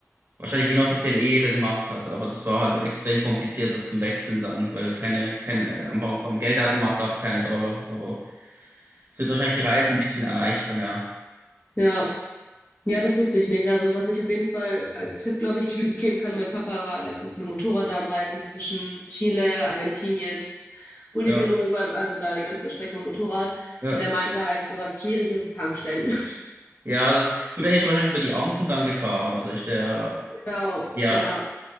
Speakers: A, on the right; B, on the left.
A: Wahrscheinlich inoffiziell eh jeder gemacht hat, aber das war halt extrem kompliziert, das zum Wechseln dann, weil keine, keine, am Bank, am Geldautomat gab es keine Dollar, aber es wird wahrscheinlich die Reise ein bisschen erleichtern, ja.
B: Ja, ja, das wusste ich nicht. Also was ich auf jeden Fall als Tipp, glaube ich, <laughs> mitgeben kann, mein Papa war letztens mit dem Motorrad da am Reisen zwischen Chile, Argentinien, Bolivien,
A: Ja,
B: Uruguay, also da die ganze Strecke mit dem Motorrad.
A: ja,
B: Und er meinte halt, so was Schwieriges ist Tankstellen. <laughs>
A: ja, das ist, gut, er ist wahrscheinlich über die Anden dann gefahren, oder ist der,
B: Genau,
A: ja,
B: ja,